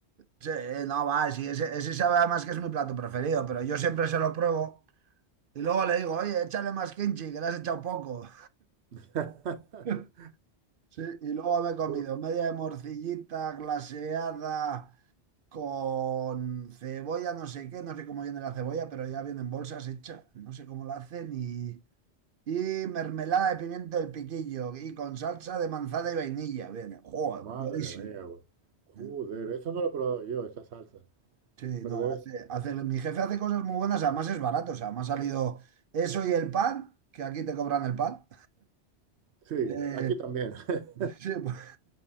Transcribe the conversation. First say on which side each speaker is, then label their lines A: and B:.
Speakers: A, on the right; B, on the right.
A: Sí, no, va, sí, ese, ese sabe además que es mi plato preferido, pero yo siempre se lo pruebo y luego le digo, oye, échale más kimchi, que le has echado poco.
B: <laughs>
A: <laughs> Sí, y luego me he comido
B: Ju-
A: media de morcillita glaseada con cebolla, no sé qué, no sé cómo viene la cebolla, pero ya viene en bolsas hecha, no sé cómo la hacen, y, y mermelada de pimiento del piquillo y con salsa de manzana y vainilla, viene, joder,
B: Madre
A: buenísimo.
B: mía, güey. Joder,
A: ¿eh?
B: eso no lo he probado yo, esa salsa.
A: Sí,
B: Pero
A: no,
B: debes...
A: hace, hace- mi jefe hace cosas muy buenas, además es barato, o sea, me ha salido eso y el pan, que aquí te cobran el pan.
B: Sí,
A: Eh,
B: aquí también. <laughs>
A: sí, <laughs> pues,